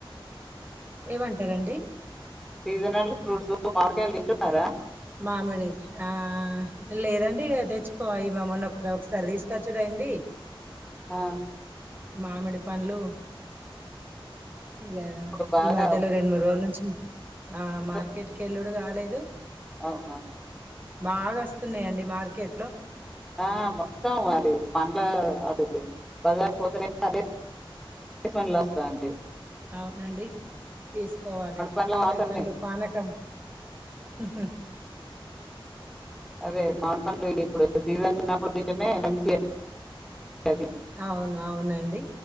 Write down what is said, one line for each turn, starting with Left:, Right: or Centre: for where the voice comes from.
Right: ఏవంటరండి
Centre: సీజనల్ ఫ్రూట్స్ మామిడికాయల్ తింటున్నరా
Right: మామిడి ఆ లేదండి ఇగ తెచ్చుకో ఈమె మొన్న ఒకరొ ఒకసారి తీసుకొచ్చుడు ఐ అండి
Centre: ఆ
Right: మామిడి పండ్లు ఇగ
Centre: ఇప్పుడు బాగా
Right: ఈ మధ్యలో రెండు మూడు రోజుల నుంచి ఆ
Centre: సీజన్
Right: మార్కెట్ కు ఎల్లుడు గాలేదు
Centre: అవునా
Right: బాగ అస్తున్నయండి మార్కెట్ లో
Centre: ఆ మొత్తం అది పండ్ల అది బజార్ పోతనైతే అదే <inaudible> పండ్లు ఒస్తాంది
Right: అవునండి తీసుకోవాలె
Centre: పండ్ల
Right: మామిడి
Centre: వాసన్నే
Right: పండ్లు పానకం హుహు
Centre: అదే మామిడి పండ్లు ఇప్పుడు సీజన్ ఉన్నప్పుడు తింటనే మంచిగ <inaudible> టది
Right: అవును అవునండి